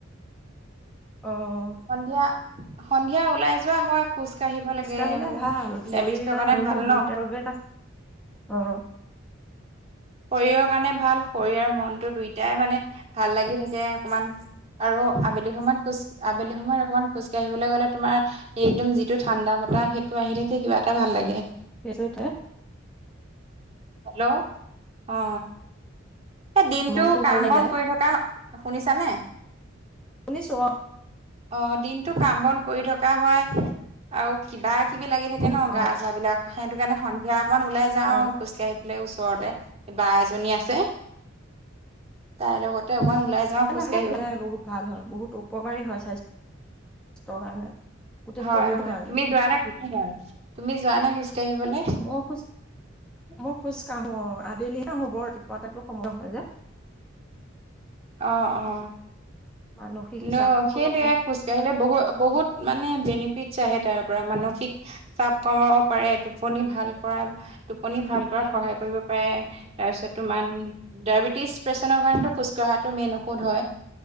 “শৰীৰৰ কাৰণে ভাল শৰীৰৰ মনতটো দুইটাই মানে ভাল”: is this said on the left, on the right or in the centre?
Right